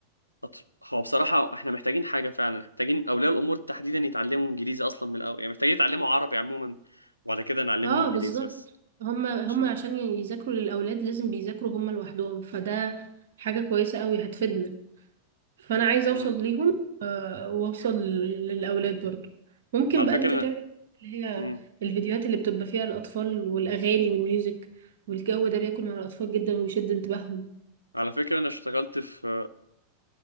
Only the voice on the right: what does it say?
اه
بالظبط
هما هما
عشان يذاكروا للاولاد لازم بيذاكروا هما لوحدهم فده حاجة كويسة قوي هتفيدنا فانا عايزه
اوصل ليهم آه، واوصل للاولاد برضو ممكن
بقى
انت
تعمل اللي هي
الفيديوهات اللي بتبقى فيها الاطفال والاغاني والميوزك والجو ده بياكل مع الاطفال جدا وبيشد انتباههم